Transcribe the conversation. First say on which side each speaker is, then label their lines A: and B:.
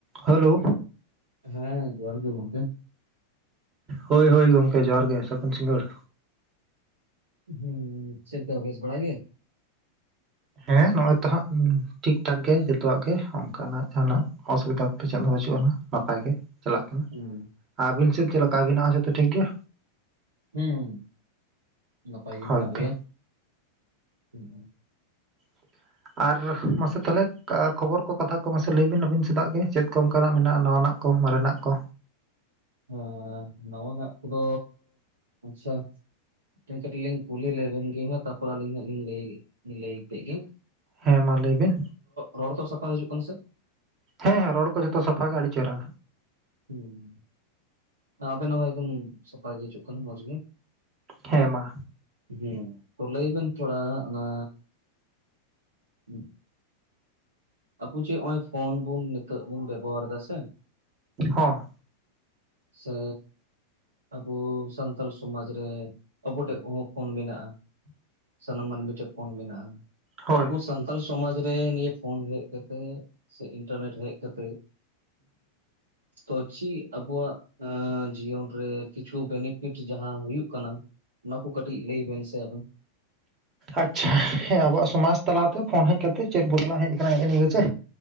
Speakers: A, on the right; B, on the right.
A: ᱦᱮᱞᱳ
B: ᱦᱮᱸ ᱡᱟᱦᱟᱨ ᱜᱮ ᱜᱚᱢᱠᱮ᱾
A: ᱦᱳᱭ ᱦᱳᱭ ᱜᱚᱢᱠᱮ ᱡᱚᱦᱟᱨ ᱜᱮ ᱥᱟᱹᱜᱩᱱ ᱥᱤᱝᱜᱟᱹᱲ᱾
B: ᱦᱩᱸ ᱪᱮᱫ ᱞᱮᱠᱟ ᱵᱮᱥ ᱵᱟᱲᱟᱜᱮ?
A: ᱦᱮᱸ ᱱᱚᱜᱚᱭ ᱛᱚᱦᱟᱸᱜ ᱴᱷᱤᱠ ᱴᱷᱟᱠ ᱜᱮ ᱡᱚᱛᱚᱣᱟᱜ ᱜᱮ ᱚᱱᱠᱟᱱᱟᱜ ᱡᱟᱦᱱᱟᱜ ᱚᱥᱩᱵᱤᱫᱷᱟ ᱠᱚᱫᱚ ᱪᱮᱫ ᱦᱚᱸ <unintelligible> ᱱᱟᱯᱟᱭ ᱜᱮ ᱪᱟᱞᱟᱜ ᱠᱟᱱᱟ
B: ᱦᱩᱸ
A: ᱟᱹᱵᱤᱱ ᱥᱮᱫ ᱪᱮᱫ ᱞᱮᱠᱟ ᱟᱵᱤᱱᱟᱜ ᱡᱚᱛᱚ ᱴᱷᱤᱠ ᱜᱮᱭᱟ
B: ᱦᱮᱸ ᱱᱟᱯᱟᱭ ᱜᱮ
A: ᱦᱳᱭᱛᱚ
B: ᱢᱮᱱᱟᱜ ᱞᱮᱭᱟ ᱦᱩᱸ
A: ᱻ <inaudible> ᱟᱨ ᱢᱟᱥᱮ ᱛᱟᱦᱚᱞᱮ ᱠᱷᱚᱵᱚᱨ ᱠᱚ ᱠᱟᱛᱷᱟ ᱠᱚ ᱢᱟᱥᱮ ᱞᱟᱹᱭ ᱵᱤᱱ ᱟᱹᱵᱤᱱ ᱪᱮᱫᱟᱜ ᱜᱮ ᱪᱮᱫ ᱠᱚ ᱚᱱᱠᱟᱱᱟᱜ ᱢᱮᱱᱟᱜᱼᱟ ᱱᱟᱣᱟ ᱱᱟᱜ ᱠᱚ ᱢᱟᱨᱮᱱᱟᱜ ᱠᱚ
B: ᱦᱮᱸ ᱱᱟᱣᱟᱱᱟᱜᱟᱜ ᱠᱚᱫᱚ ᱟᱪᱪᱷᱟ ᱠᱟᱹᱴᱤᱡ ᱞᱤᱧ ᱠᱩᱞᱤ ᱞᱮᱵᱮᱱᱜᱮ ᱦᱟᱸᱜ ᱛᱯᱚᱨ ᱟᱹᱞᱤᱧ ᱦᱟᱸᱜ ᱞᱤᱧ ᱞᱟᱹᱭ ᱞᱟᱹᱭ ᱠᱮᱫ ᱜᱤᱧ
A: ᱦᱮᱸ ᱢᱟ ᱞᱟᱹᱭ ᱵᱤᱱ
B: ᱨᱚᱲ ᱛᱚ ᱥᱟᱯᱷᱟ ᱦᱤᱡᱩᱜ ᱠᱟᱱᱟ ᱥᱮ?
A: ᱦᱮᱸ ᱦᱮᱸ ᱨᱚᱲ ᱠᱚ ᱡᱚᱛᱚ ᱥᱟᱯᱷᱟ ᱜᱮ ᱟᱹᱰᱤ ᱪᱮᱦᱨᱟ᱾
B: ᱦᱮᱸ ᱟᱵᱮᱱᱟᱜ ᱦᱚᱸ ᱮᱠᱫᱚᱢ ᱥᱟᱯᱷᱟ ᱜᱮ ᱦᱤᱡᱩᱜ ᱠᱟᱱᱟ ᱢᱚᱸᱡᱽ ᱜᱮ᱾
A: ᱦᱮᱸ ᱢᱟ
B: ᱦᱮᱸ ᱛᱚ ᱞᱟᱹᱭ ᱵᱮᱱ ᱛᱷᱚᱲᱟ ᱚᱱᱟ ᱦᱮᱸ ᱟᱵᱩ ᱪᱮᱫ ᱱᱚᱜᱼᱚᱭ ᱯᱷᱳᱱ ᱵᱚᱱ ᱱᱤᱛᱚᱜ ᱵᱚᱱ ᱵᱮᱵᱚᱦᱟᱨ ᱫᱟᱥᱮ
A: ᱦᱚᱸ
B: ᱥᱮ ᱟᱵᱚ ᱥᱟᱱᱛᱟᱞ ᱥᱚᱢᱟᱡᱽ ᱨᱮ ᱟᱵᱚ ᱴᱷᱮᱡ ᱠᱚᱦᱚᱸ ᱯᱷᱳᱱ ᱢᱮᱱᱟᱜᱼᱟ ᱥᱟᱱᱟᱢ ᱢᱟᱹᱱᱢᱤ ᱴᱷᱮᱱ ᱯᱳᱚᱱ ᱢᱮᱱᱟᱜᱼᱟ᱾
A: ᱦᱳᱭ
B: ᱛᱚ ᱟᱵᱚ ᱥᱟᱱᱛᱟᱞ ᱥᱚᱢᱟᱡ ᱨᱮ ᱱᱤᱭᱟᱹ ᱯᱷᱳᱱ ᱦᱮᱡ ᱠᱟᱛᱮᱜ ᱥᱮ ᱤᱱᱴᱟᱨᱱᱮᱴ ᱦᱮᱡ ᱠᱟᱛᱮᱜ ᱛᱚ ᱪᱮᱫ ᱟᱵᱚᱣᱟᱜ ᱡᱤᱭᱚᱱ ᱨᱮ ᱠᱤᱪᱷᱩ ᱵᱮᱱᱤᱯᱷᱤᱴ ᱡᱟᱸᱦᱟ ᱦᱩᱭᱩᱜ ᱠᱟᱱᱟ ᱚᱱᱟ ᱠᱚ ᱠᱟᱹᱴᱤᱡ ᱞᱟᱹᱭ ᱵᱮᱱ ᱥᱮ ᱟᱵᱮᱱ
A: ᱟᱪᱪᱷᱟ ᱦᱮᱸ ᱟᱵᱚᱣᱟᱜ ᱥᱚᱢᱟᱡ ᱛᱟᱞᱟᱛᱮ ᱯᱷᱳᱱ ᱦᱮᱡ ᱠᱟᱛᱮᱜ ᱪᱮᱫ ᱵᱚᱫᱞᱟᱣ ᱦᱮᱡ ᱟᱠᱟᱱᱟᱼ ᱥᱮ ᱪᱮ